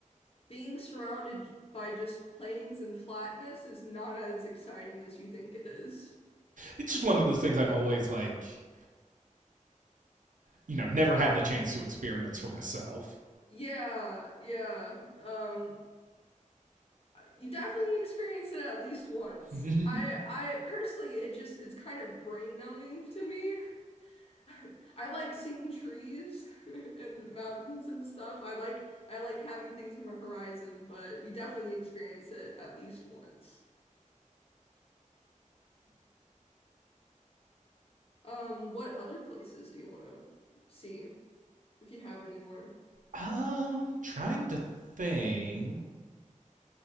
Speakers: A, on the left (about 45°); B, on the right (about 75°).
A: being surrounded by just plains and flatness is not as exciting as you think it is.
B: It's just one of those things I've always like, you know, never had the chance to experience for myself.
A: Yeah, yeah. Um, you definitely experience it at least once.
B: <laughs> hmm
A: I, I personally, it just it's kind of brain numbing to me. <laughs> I like seeing trees <laughs> and mountains and stuff. I like I like having things in my horizon, but you definitely need to experience it at least once. Um, what other places do you want to see if you have any more?
B: Um, trying to think.